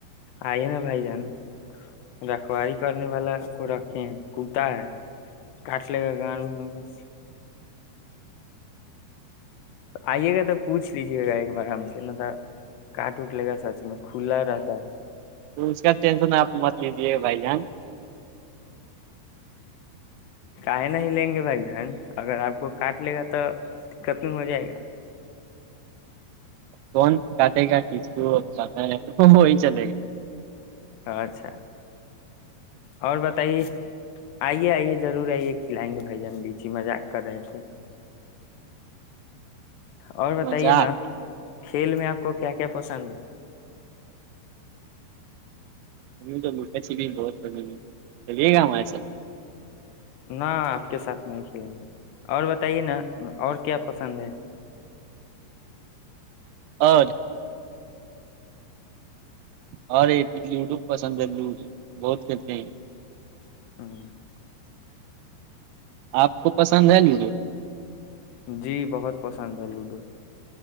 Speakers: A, on the left (about 75°); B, on the right (about 85°).
A: آئیے نا بائی جان رھو آ کرنے والا کو رکھے ہیں کوتا ہے کٹ لگا گ بس آئیے گا تو پوچھ لیجیے گا ایک بار آرام سے نہ تھا کاٹ اٹ لے گا سچ اس کھلا رہتا ہے
B: تو اس کا ٹینشن آپ مت لیجیے گا بھائی جان
A: کاہ نہ ہی لیں گے بھائی اگر آپ کو کاٹ لے گا تو دقت نہیں ہو جائے گا
B: کون کات ہے کا اس کو پ ہے وہی چلے گا
A: اچھا اور بتائیے آئیے آئیے ضرور آئیے کھلائیں گے بھائی جان لیچی مذاق کر رہے تھے اور بتائیے
B: مزہ
A: نا کھیل میں آپ کو کیا کیا پسند ہے
B: تو م چ بہ چلیے گیا ہمارے س
A: نہ آپ کے ساتھ نہیں کھیلیں گے اور بتائیے نا اور کیا پسند ہے
B: اور ہروٹو پسند لوٹ بہت کہتے ہیں
A: <inaudible>
B: آپ کو پسند ہے لیھے
A: جی بہت پسند ہے لوڈو